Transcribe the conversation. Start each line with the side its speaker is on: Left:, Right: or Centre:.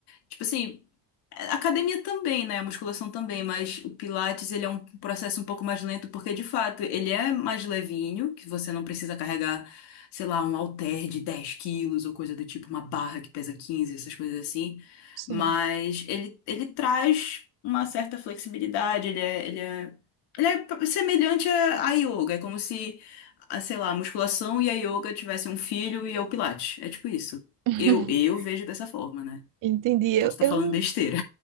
Left: tipo assim, a academia também, né? A musculação também, mas o Pilates ele é um processo um pouco mais lento porque de fato ele é mais levinho, que você não precisa carregar, sei lá, um halter de 10 quilos ou coisa do tipo, uma barra que pesa 15, essas coisas assim.
Right: Sim.
Left: Mas ele, ele traz uma certa flexibilidade, ele é, ele é, ele é semelhante à à yoga, é como se, ah, sei lá, a musculação e a yoga tivessem um filho e é o Pilates. É tipo isso.
Right: <laughs>
Left: Eu, eu vejo dessa forma, né?
Right: Entendi. Eu,
Left: Posso estar
Right: eu
Left: falando
Right: não-
Left: besteira.